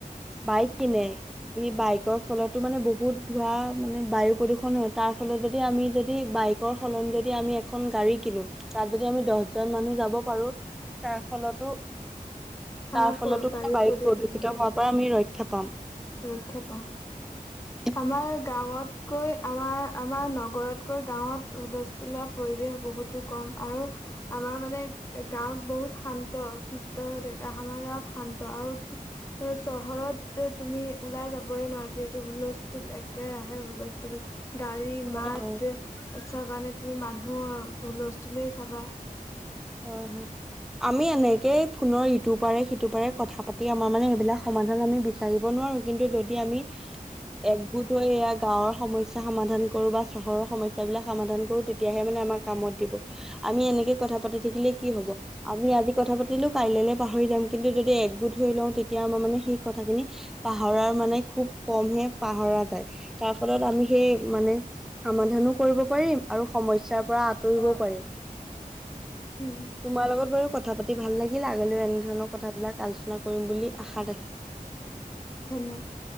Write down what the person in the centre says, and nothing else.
বাইকনে স, বাইকৰ ফলতো মানে বহুত ধোৱা মানে বায়ু প্ৰদূষণ হয়। তাৰফলত যদি আমি যদি বাইক কৰ সলনি যদি এখন গাড়ী কিনো, তাত যদি দ জন মানুহ যাব পাৰোঁ, তাৰ ফলতো
তাৰ ফলতো মানে বায়ু
প্ৰদূষিত
হোৱাৰ পৰা আমি ৰক্ষা পাম।
<inaudible>
হয়
হয়
হয় হয়। আমি এনেকেই ফোনৰ ইটো পাৰে সিটো পাৰে কথা পাতি আমাৰ মানে এইবিলাক সমাধান আমি বিচাৰিব নোৱাৰো কিন্তু যদি আমি একগোট হৈ এয়া গাঁৱৰ সমস্যা সমাধান কৰো, বা চহৰৰ সমস্যাবিলাক সমাধান কৰো তেতিয়াহে মানে আমাৰ কামত দিব, আমি এনেকে কথা পাতি থাকিলে কি হ'ব। আমি আজি কথা পাতিলো কাইলে পাহৰি যাম, কিন্তু যদি একগোট হৈ লওঁ তেতিয়া আমাৰ মানে সেই কথাখিনি পাহৰাৰ মানে খুব কমহে পাহৰা যায়। তাৰ ফলত আমি সেই মানে সমাধানো কৰিব পাৰিম আৰু সমস্যাৰ পৰা আঁতৰিবও
পাৰিম।
তোমাৰ লগত বাৰু কথা পাতি ভাল লাগিল। আগলৈও এনেধৰণৰ কথাবিলাক আলোচনা কৰিম বুলি আশা ৰাখিল।